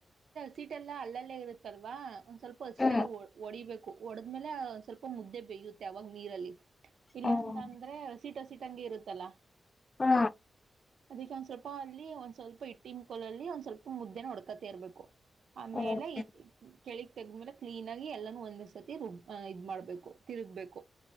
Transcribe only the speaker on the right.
ಸೀಟೆಲ್ಲ ಅಲ್ಲಲ್ಲೇ ಇರುತ್ತಲ್ವಾ ಒಂದ್ ಸ್ವಲ್ಪ ಅಸಟೆಲ್ಲ
ಒ ಹೊಡಿಬೇಕು ಹೊಡದ್ಮೇಲೆ ಸ್ವಲ್ಪ ಮುದ್ದೆ ಬೇಯ್ಯುತ್ತೆ ಅವಾಗ ನೀರಲ್ಲಿ ಇಲ್ಲ
ಅಂತ ಅಂದ್ರೆ ಹಸಿ ಹಿಟ್ಟಿ ಇರುತ್ತಲ್ಲಾ
ಅದಿಕ್ಕೆ ಒಂದ್ ಸ್ವಲ್ಪ ಅಲ್ಲಿ ಒಂದ್ ಸ್ವಲ್ಪ ಹಿಟ್ಟಿನ ಕೋಲಲ್ಲಿ ಒಂದ್ ಸ್ವಲ್ಪ ಮುದ್ದೆನ ಹೊಡ್ಕತ ಇರ್ಬೇಕು ಆಮೇಲೆ
ಕೆಳಗ್ ತೆಗ್ದ್ಮೇಲೆ ಕ್ಲೀನ್ ಆಗಿ ಎಲ್ಲಾನೂ ಒಂದೇಸರ್ತಿ ರುಬ್ ಇದ್ ಮಾಡ್ಬೇಕು ತಿರುಗ್ಬೇಕು